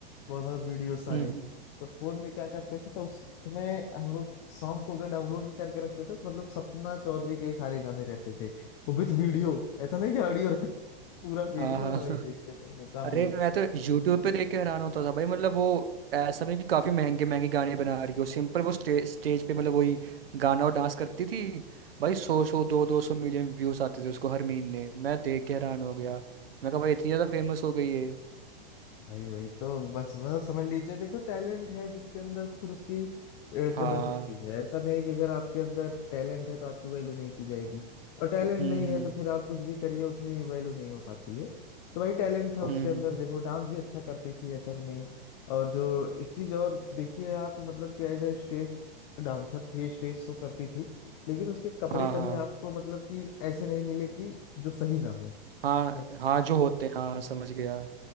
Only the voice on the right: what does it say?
हम्म
हाँ
हाँ
<laughs>
अरे
मैं तो यूट्यूब पे देख के हैरान होता था भाई मतलब वो ऐसा नहीं कि काफी महंगे महंगे गाने बना रही हो सिंपल वो स्टे, स्टेज पे मतलब वही गाना और डांस करती थी भाई सौ सौ दो दो सौ मिलियन व्यूज आते थे उसको हर महीने मैं देख के हैरान हो गया मैं कहा भाई इतनी ज्यादा फेमस हो गई है
हाँ
हम्म
हम्म
हम्म
हम्म,
हाँ
हाँ
हाँ
हाँ जो होते हैं हाँ समझ गया